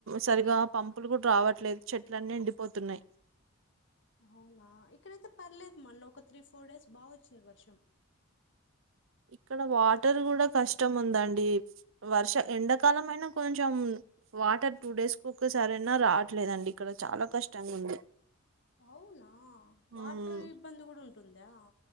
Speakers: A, on the right (about 60°); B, on the left (about 55°).
A: సరిగా పంపులు కూడా రావట్లేదు చెట్లన్నీ ఎండిపోతున్నాయ్ <inaudible>
B: అవునా ఇక్కడైతే పర్లేదు మొన్న ఒక త్రీ ఫోర్ డేస్ బా వచ్చింది వర్షం
A: ఇక్కడ వాటర్ కూడా కష్టం ఉందండి వర్ష ఎండాకాలం అయినా కొంచెం వాటర్ టూ డేస్ కు ఒక్కసార అయినా రావట్లేదండి ఇక్కడ చాలా కష్టంగా ఉంది
B: అవునా వాటర్
A: ఉమ్,
B: ఇబ్బంది కూడా ఉంటుందా